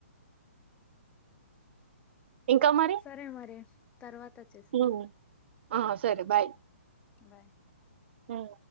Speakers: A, on the right; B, on the left.
A: ఇంకా మరి
B: సరే మరి తర్వాత చేస్తా
A: ఉమ్ ఆ సరే బాయ్
B: బాయ్
A: ఉమ్